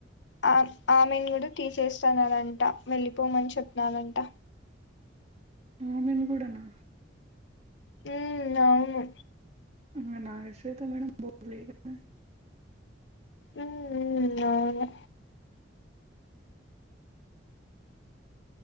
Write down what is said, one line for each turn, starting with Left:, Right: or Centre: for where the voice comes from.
Left: ఆ ఆమెను కూడా తీసేస్తాన్నరంట వెళ్ళిపోమని చెప్పినారంట
Right: ఆమెను కూడా నా
Left: మ్మ్ అవును
Right: ఇంగనా శ్వేత మేడం బోర్లే కదా
Left: ఉమ్ ఉమ్ ఉవును